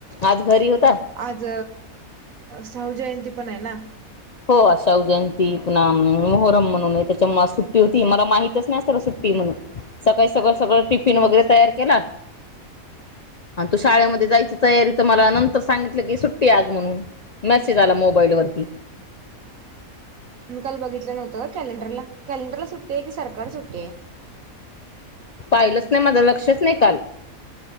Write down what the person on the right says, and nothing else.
आज शाहू जयंती पण आहे ना?
मी काल बघितलं नव्हतं का कॅलेंडरला कॅलेंडरला सुट्टी आहे की सरकार सुट्टी आहे